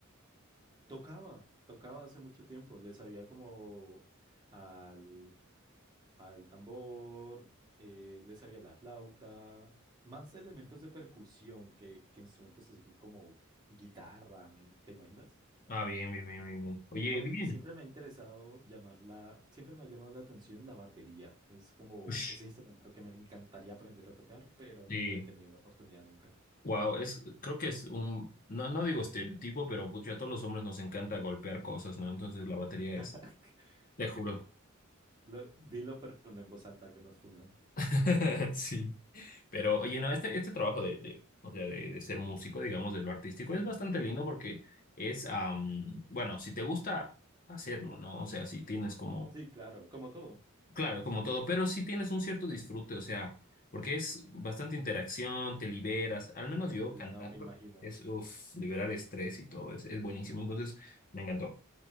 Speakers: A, on the right; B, on the left.
A: Tocaba, tocaba hace mucho tiempo, le sabía como al, al tambor, eh, le sabía la flauta, más elementos de percusión que, que instrumentos así que como guitarra, me- ¿te imaginas?
B: Ah, bien, bien, bien, bien, bien. Oye,
A: Aunque
B: bien.
A: siempre me ha interesado llamarla, siempre me ha llamado la atención la batería, es como
B: Ush,
A: ese instrumento que me encantaría aprender a tocar, pero
B: sí.
A: no he tenido la oportunidad nunca.
B: Wow, es, creo que es un, no, no digo estereotipo, pero pucha, a todos los hombres nos encanta golpear cosas, ¿no? Entonces la batería
A: <laughs>
B: es, te juro.
A: Lo- dilo, pero no en voz alta que nos fundan.
B: <laughs> Sí. Pero, oye, no, este, este trabajo de, de, o sea, de, de ser músico, digamos, de lo artístico,
A: Ujú.
B: es bastante lindo porque es, am, bueno, si te gusta hacerlo, ¿no? O sea, si tienes como,
A: Sí, claro, como todo.
B: claro, como todo, pero si tienes un cierto disfrute, o sea, porque es bastante interacción, te liberas, al menos yo
A: Sí,
B: cantar
A: no me imagino.
B: es, uff, liberar estrés y todo, es, es buenísimo, entonces me encantó.